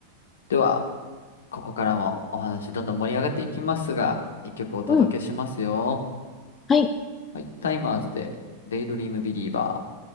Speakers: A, on the left; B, on the left.
A: では、ここからもお話どんどん盛り上がっていきますが、一曲お届けしますよ。
B: うんはい
A: はい、タイマーズで、デイドリームビリーバー。